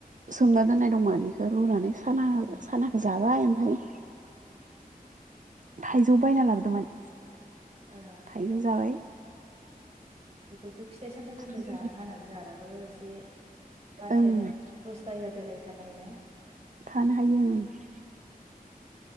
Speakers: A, on the right; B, on the right.
A: सोमना दोननाय दं मानिखौ रुनानै साना
B: उम
A: सानाखौ जाबाय ओमफाय थाइजौ बायना लाबोदोंमोन
B: ओ
A: थाइजौ जाबाय
B: बेफोरखौ फिथाइ सामथाइफोरखौ
A: थाइजौ
B: जानो हानानै जाबाबो एसे बारथाय
A: ओं
B: दसथा एगारथायेहालागै थानो हायो ना
A: थानो हायो ओं